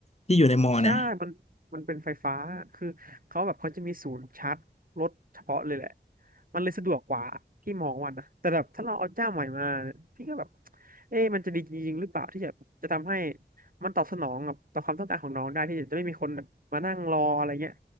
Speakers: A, on the left; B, on the right.
A: ที่อยู่ในมอเนี่ย
B: ใช่มันมันเป็นไฟฟ้า คือเขาแบบเขาจะมีศูนย์ชาร์จรถเฉพาะเลยแหละ มันเลยสะดวกกว่าพี่มองว่านะแต่แบบถ้าเราเอาเจ้าใหม่มา พี่ก็แบบเอ๊ะมันจะดีจริงๆหรือเปล่าที่จะจะทำให้มันตอบสนองกับต่อความต้องการของน้องได้ที่จะไม่มีคนแบบมานั่งรออะไรเงี้ย